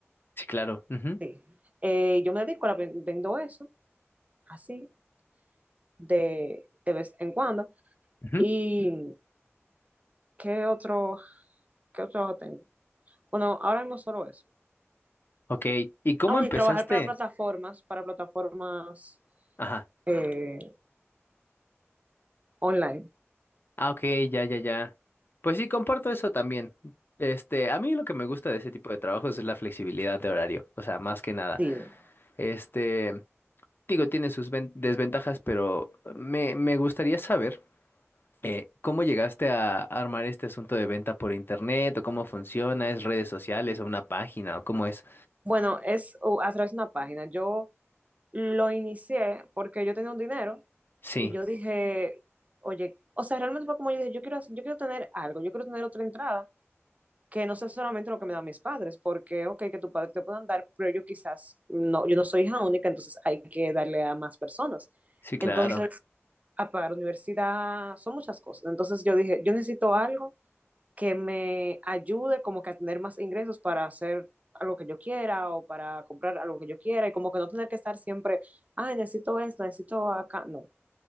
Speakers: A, on the left; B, on the right.
A: Sí, claro. Ujú,
B: Sí. Eh, yo me dedico a la, ven- vendo eso, así, de, de vez en cuando.
A: ujú.
B: ¿Y qué otro, qué otro trabajo tengo? Bueno, ahora mismo solo eso.
A: Ok, ¿y cómo
B: Ah, bueno,
A: empezaste?
B: y trabajar para plataformas, para plataformas
A: Ajá.
B: eh, online.
A: Ah, ok, ya, ya, ya. Pues sí, comparto eso también. Este, a mí lo que me gusta de ese tipo de trabajos es la flexibilidad de horario, o sea, más que nada.
B: Sí.
A: Este, Digo, tiene sus ven- desventajas, pero me, me gustaría saber eh, cómo llegaste a armar este asunto de venta por internet o cómo funciona, es redes sociales o una página o cómo es.
B: Bueno, es uh, a través de una página. Yo lo inicié porque yo tenía un dinero
A: Sí,
B: Y yo dije, oye, o sea, realmente fue como yo dije, yo quiero, yo quiero tener algo, yo quiero tener otra entrada que no sea solamente lo que me dan mis padres, porque, ok, que tus padres te puedan dar, pero yo quizás, no, yo no soy hija única, entonces hay que darle a más personas.
A: sí,
B: Entonces,
A: claro.
B: a pagar universidad, son muchas cosas. Entonces yo dije, yo necesito algo que me ayude como que a tener más ingresos para hacer algo que yo quiera o para comprar algo que yo quiera y como que no tener que estar siempre, ah, necesito esto, necesito acá. No,